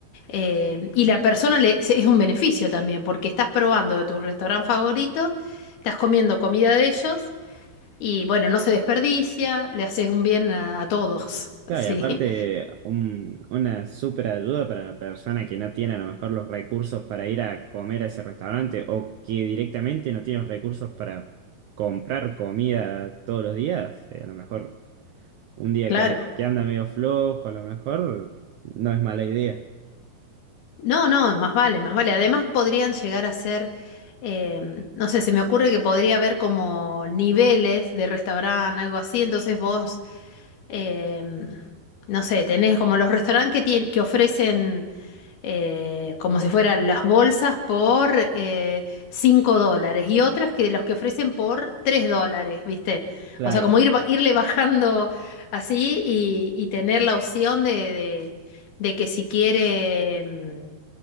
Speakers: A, on the left; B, on the right.
A: Eh, y la persona le, se- es un beneficio también, porque estás probando de tus restaurantes favoritos, estás comiendo comida de ellos y bueno, no se desperdicia, le haces un bien a, a todos, <laughs>
B: Claro,
A: ¿sí?
B: y aparte, un- una súper ayuda para la persona que no tiene a lo mejor los recursos para ir a comer a ese restaurante o que directamente no tiene los recursos para comprar comida todos los días. Eh, A lo mejor un día
A: Claro.
B: que, a- que anda medio flojo, a lo mejor no es mala idea.
A: No, no, más vale, más vale. Además podrían llegar a ser, eh, no sé, se me ocurre que podría haber como niveles de restaurante, algo así, entonces vos, eh, no sé, tenés como los restaurantes que, tien- que ofrecen eh, como si fueran las bolsas por eh, 5 dólares y otras que los que ofrecen por 3 dólares, ¿viste?
B: Claro,
A: O sea, como ir, ba- irle bajando así y, y tener la opción de, de, de que si quiere, mm,